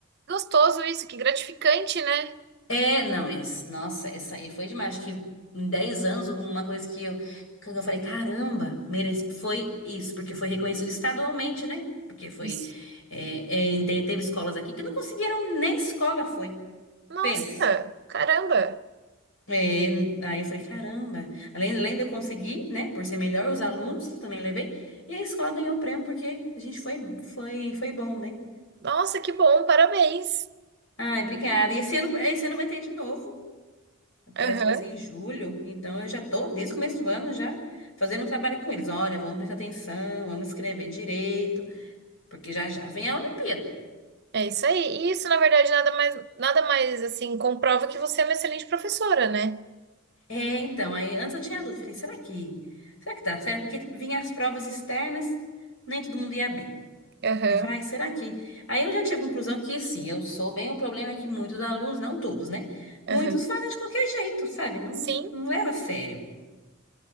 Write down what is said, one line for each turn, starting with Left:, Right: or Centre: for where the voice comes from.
Right: Gostoso isso, que gratificante, né?
Left: É, não, esse, nossa, essa aí foi demais. Acho que em 10 anos, uma coisa que eu, que eu falei, caramba, mereci. Foi isso, porque foi reconhecido estadualmente, né? Porque foi.
Right: Isso.
Left: é, é, te- teve escolas aqui que não conseguiram nem escola, foi.
Right: Nossa,
Left: Pensa.
Right: caramba.
Left: É, aí eu falei, caramba. Além, além de eu conseguir, né, por ser melhor, os alunos também levei. E a escola ganhou o prêmio porque a gente foi, foi, foi bom, né?
Right: Nossa, que bom, parabéns.
Left: Ai, obrigada. E esse ano, esse ano vai ter de novo.
Right: Aham,
Left: parece que vai ser em julho, então eu já tô desde o começo do ano já fazendo um trabalho com eles. Olha, vamos prestar atenção, vamos escrever direito, porque já já vem a Olimpíada.
Right: é isso aí. E isso, na verdade, nada mais, nada mais assim, comprova que você é uma excelente professora, né?
Left: É, então, aí antes eu tinha dúvida, falei, será que, será que tá certo? Porque vinha as provas externas, nem todo mundo ia bem.
Right: Aham,
Left: Aí eu falei, ai, será que? Aí eu já tive a conclusão que sim, eu sou bem, o problema é que muitos alunos, não todos, né? Muitos
Right: aham.
Left: fazem de qualquer jeito, sabe? Não,
Right: Sim,
Left: não leva a sério.